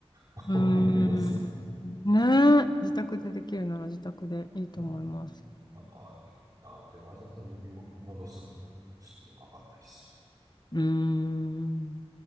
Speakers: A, on the right; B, on the left.
A: <laughs>
B: ーん、
A: 思いますけどね。
B: ね、自宅でできるなら自宅でいいと思います。
A: な、なんかね、なんでわざわざ呼び戻すのか、ちょっとわかんないっす。
B: うーん。